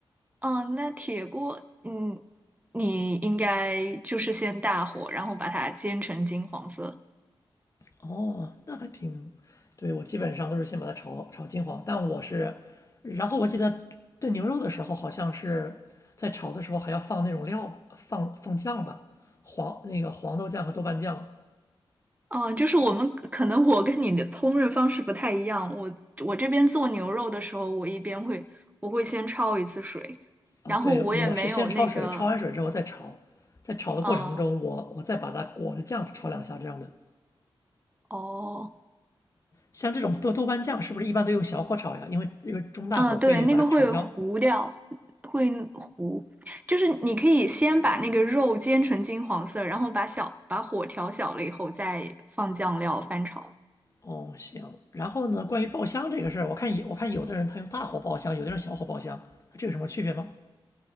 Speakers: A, on the right; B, on the left.
A: 哦，那铁锅，嗯，你应该就是先大火，然后把它煎成金黄色。
B: 哦，那还挺，对，我基本上都是先把它炒炒金黄，但我是，然后我记得炖牛肉的时候，好像是在炒的时候还要放那种料，放放酱吧，黄那个黄豆酱和豆瓣酱
A: 哦，就是我们可能我跟你的烹饪方式不太一样，我我这边做牛肉的时候，我一边会我会先焯一次水，
B: 啊。
A: 然后我也没有那个，
B: 对，我是先焯水，焯完水之后再炒，在炒的过程中，
A: 嗯，
B: 我我再把它裹着酱炒两下这样的。
A: 哦，
B: 像这种豆豆瓣酱是不是一般都用小火炒呀？因为因为中大火会把它炒焦。
A: 嗯，对，那个会糊掉，会糊，就是你可以先把那个肉煎成金黄色，然后把小把火调小了以后再放酱料翻炒。
B: 哦，行。然后呢，关于爆香这个事儿，我看有我看有的人他用大火爆香，有的人小火爆香，这有什么区别吗？